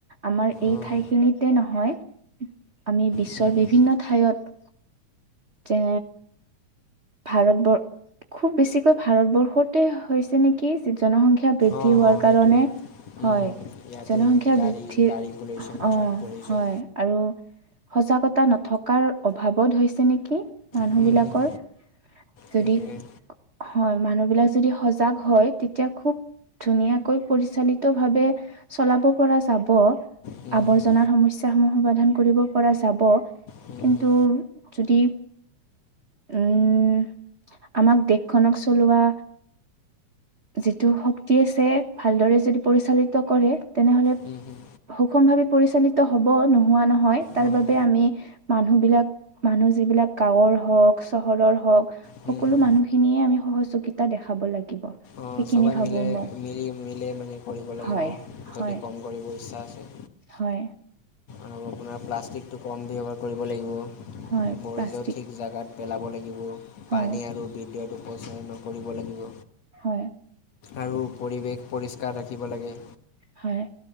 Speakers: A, on the right; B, on the left.
A: আমাৰ এই
B: অঁ
A: ঠাইখিনিতে নহয় আমি বিশ্বৰ
B: হুম হুম
A: বিভিন্ন ঠাইত, যে ভাৰতবৰ খুব বেছিকৈ ভাৰতবৰ্ষতে হৈছে নেকি জনসংখ্য শিক্ষা বৃদ্ধি
B: অঁ
A: হোৱাৰ
B: অঁ
A: কাৰণে,
B: সেইটোৱে হুম
A: হয়।
B: হুম ইয়াতে
A: জনসংখ্যা
B: গাড়ী
A: বৃদ্ধিৰ,
B: গাড়ী পলিউশ্যন
A: অ!
B: ট্ৰাক পলিউশ্যন
A: হয় আৰু সজাগতা নথকাৰ অভাৱত হৈছে নেকি? মানুহবিলাকৰ
B: হুম হুম
A: যদি
B: সেইটোৱে
A: হয় মানুহবিলাক যদি সজাগ হয় তেতিয়া খুব ধুনীয়াকৈ পৰিচালিত ভাৱে চলাব পৰা যাব।
B: হুম
A: আৱৰ্জনাৰ
B: হুম
A: সমস্যাসমূহ সমাধান কৰিব পৰা যাব,
B: হুম
A: কিন্তু
B: হুম
A: যদি উম আমাক দেশখনক চলোৱা যিটো শক্তি আছে ভালদৰে যদি পৰিচালিত কৰে তেনেহলে
B: হুম হুম
A: সুষম ভাৱে পৰিচালিত হব নোহোৱা নহয় তাৰবাবে
B: অঁ
A: আমি মানুহবিলাক মানু মানুহ যিবিলাক গাঁৱৰ হওঁক চহৰৰ হওক
B: হুম
A: সকলো
B: হুম
A: মানুহখিনিয়ে আমি সহযোগিতা দেখাব লাগিব।
B: অঁ
A: সেইখিনি
B: সবাই
A: ভাবোঁ
B: মিলে
A: মই
B: মিলি মিলে মানে কৰিব লাগিব
A: হয় হয়
B: যদি কম কৰিব ইচ্ছা আছে।
A: হয়।
B: আৰু আপোনাৰ প্লাষ্টিকটো কম ব্যৱহাৰ কৰিব লাগিব,
A: হয়
B: বৰেজৰ
A: প্লাষ্টিক
B: ঠিক জোগাত পেলাব লাগিব
A: হয়
B: পানী আৰু বিদ্যুত উপচয় নকৰিব লাগিব।
A: হয়,
B: আৰু পৰিৱেশ পৰিষ্কাৰ ৰাখিব লাগে।
A: হয়।